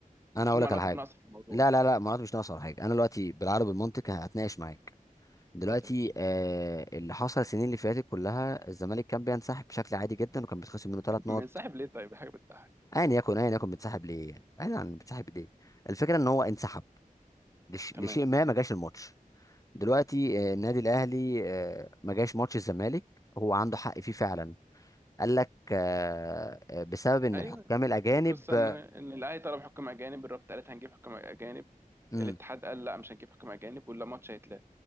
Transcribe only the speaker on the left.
أنا
أقول لك
على حاجة
لا لا لا ما مش ناقص على حاجة أنا دلوقتي بالعربي المنطق هتناقش معاك دلوقتي
آه اللي حصل السنين اللي فاتت كلها الزمالك كان بينسحب بشكل عادي جدا وكان بيتخصم منه ثلاث
نقط
ايا يكن ايا يكن بتسحب ليه يعني بعيدا عن بتسحب ليه الفكره ان هو انسحب لش...
لشيء ما ما جاش الماتش دلوقتي آه، النادي الاهلي آه، ما جاش ماتش الزمالك هو عنده حق فيه فعلا قال لك آه، آه، بسبب ان
الحكام الاجانب
آه،
امم